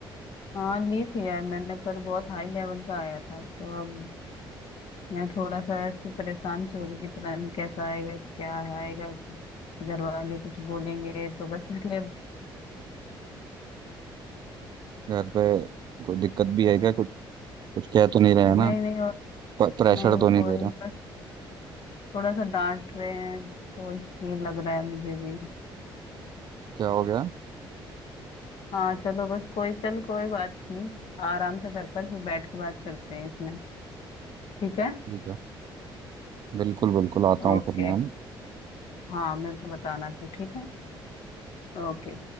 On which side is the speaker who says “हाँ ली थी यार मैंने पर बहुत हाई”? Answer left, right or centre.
Left